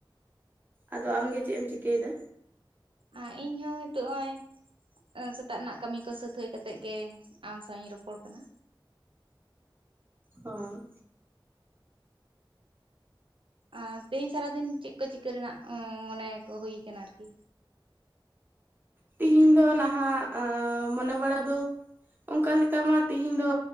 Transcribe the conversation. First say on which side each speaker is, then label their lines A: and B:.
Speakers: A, on the right (about 25°); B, on the right (about 75°).
A: ᱟᱫᱚ ᱟᱢᱜᱮ ᱪᱮᱫ ᱮᱢ ᱪᱤᱠᱟᱹᱭᱮᱫᱟ?
B: ᱟᱨ ᱤᱧ ᱦᱚᱸ ᱦᱤᱛᱚᱜ ᱦᱚᱸᱜᱚᱭ ᱥᱮᱛᱟᱜ ᱨᱮᱱᱟᱜ ᱠᱟᱹᱢᱤ ᱠᱚ ᱥᱟᱹᱛ ᱦᱟᱹᱭ ᱠᱟᱛᱮᱜ ᱜᱮ ᱟᱢ ᱥᱟᱸᱣ ᱤᱧ ᱨᱚᱯᱚᱲ ᱠᱟᱱᱟ᱾
A: ᱚ
B: ᱟᱨ ᱛᱮᱦᱮᱧ ᱥᱟᱨᱟᱫᱤᱱ ᱪᱮᱫ ᱠᱚ ᱪᱤᱠᱟᱹ ᱨᱮᱱᱟᱜ ᱢᱚᱱᱮ ᱠᱚ ᱦᱩᱭ ᱟᱠᱟᱱᱟ ᱟᱨᱠᱤ
A: ᱛᱮᱤᱦᱤᱧ ᱫᱚ ᱱᱟᱦᱟᱜ ᱢᱚᱱᱮ ᱵᱟᱲᱟ ᱫᱚ ᱚᱱᱠᱟ ᱞᱮᱠᱟ ᱢᱟ ᱛᱤᱦᱮᱧ ᱫᱚ